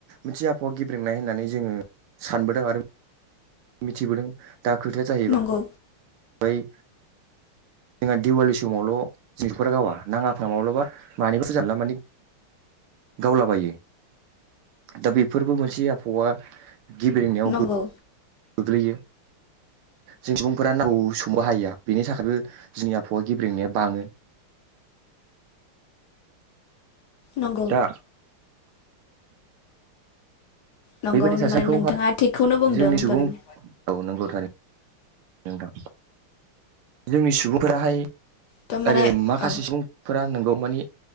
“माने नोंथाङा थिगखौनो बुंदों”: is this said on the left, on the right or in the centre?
Left